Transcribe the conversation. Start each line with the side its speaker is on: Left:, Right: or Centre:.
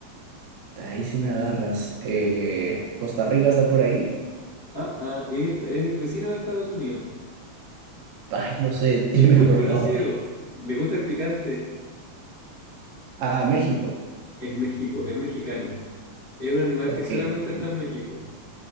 Right: Ahí sí me agarras. Eh, ¿Costa Rica está por ahí?
Left: Ah, ah, es el, es el vecino de Estados Unidos.
Right: Ay, no sé, <laughs> dime
Left: Es muy
Right: por
Left: conocido,
Right: favor.
Left: le gusta el picante.
Right: Ah, México.
Left: Es México, es mexicano. Es un animal
Right: Ok,
Left: que solamente
Right: ok.
Left: está en México,